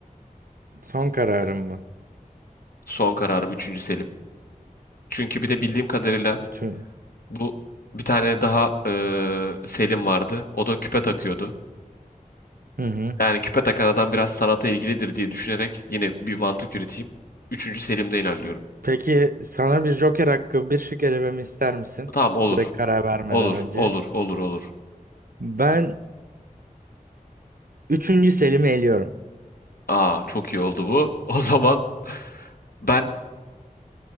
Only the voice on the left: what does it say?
Son kararım üçüncü Selim. Çünkü bir de bildiğim kadarıyla
bu bir tane daha eee, Selim vardı. O da küpe takıyordu.
Yani küpe takan adam biraz sanata ilgilidir diye düşünerek yine bir mantık üreteyim. 3. Selim'de ilerliyorum.
Tamam olur.
Olur,
olur, olur, olur.
Aa çok iyi oldu bu. <laughs> O zaman ben